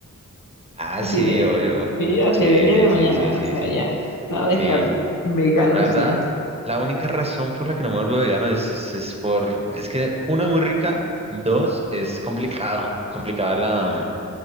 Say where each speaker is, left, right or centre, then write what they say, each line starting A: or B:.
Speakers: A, on the right (about 20°); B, on the left (about 75°).
A: Ah,
B: Así
A: sí,
B: de,
A: obvio.
B: sí, así
A: Sí,
B: del día de mañana,
A: sí, sí, sí.
B: o sea, ya, nada de
A: Sí,
B: carne, vegano
A: La
B: al
A: verdad,
B: cien?
A: la única razón por la que no me vuelvo vegano es, es por, es que uno es muy rica, dos es complicado, complicada la, mm,